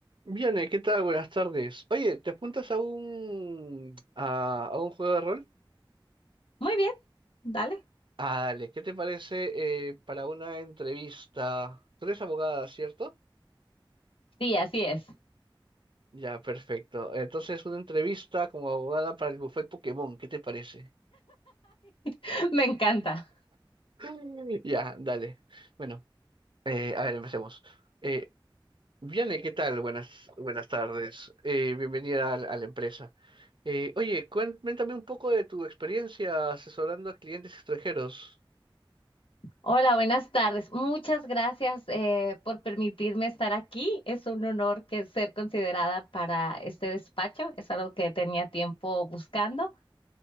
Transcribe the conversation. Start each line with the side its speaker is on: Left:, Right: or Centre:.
Right: Bien, eh, ¿qué tal? Buenas tardes. Oye, ¿te apuntas a un, a, a un juego de rol?
Left: Muy bien, dale.
Right: Ah, dale, ¿qué te parece eh, para una entrevista? Tú eres abogada, ¿cierto?
Left: Sí, así es.
Right: Ya, perfecto. Entonces, una entrevista como abogada para el buffet Pokémon, ¿qué te parece?
Left: <laughs> Me encanta.
Right: <laughs> Ya, dale. Bueno, eh, a ver, empecemos. Eh, Viane, ¿qué tal? Buenas, buenas tardes. Eh, bienvenida a, la a la empresa. Eh, oye, cuéntame un poco de tu experiencia asesorando a clientes extranjeros.
Left: Hola, buenas tardes. Muchas gracias eh, por permitirme estar aquí. Es un honor que ser considerada para este despacho. Es algo que tenía tiempo buscando.